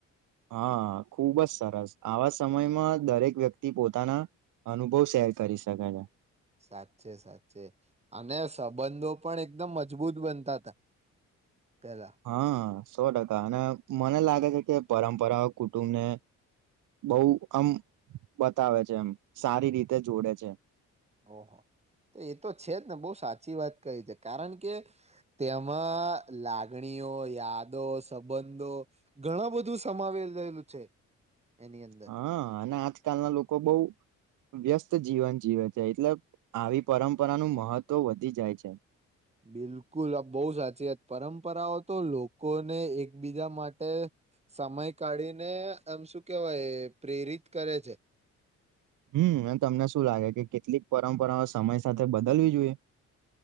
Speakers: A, on the right (about 85°); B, on the right (about 20°).
A: હા ખુબ જ સરસ આવા સમયમાં દરેક વ્યક્તિ પોતાના અનુભવ શેર કરી શકે છે.
B: સાચે સાચે અને સંબંધો પણ એકદમ મજબૂત બનતા હતા. પેલા
A: હા. સો ટકા અને મને લાગે છે કે પરંપરાઓ કુટુંબને બઉ આમ બતાવે છે એમ સારી રીતે જોડે છે.
B: ઓહો તો એ તો છે જ ને બહુ સાચી વાત કહી છે કારણ કે તેમાં લાગણીઓ યાદો સંબંધો ઘણા બધું સમાવી રહેલું છે. એની અંદર
A: હા અને આજકાલના લોકો બઉ વ્યસ્ત જીવન જીવે છે એટલે આવી પરંપરાનું મહત્વ વધી જાય છે.
B: બિલકુલ બઉ સાચી વાત પરંપરાઓ તો લોકોને એકબીજા માટે સમય કાઢીને એમ શું કેવાય પ્રેરિત કરે છે.
A: હમ અને તમને શું લાગે કે કેટલીક પરંપરાઓ સમય સાથે બદલવી જોઈએ.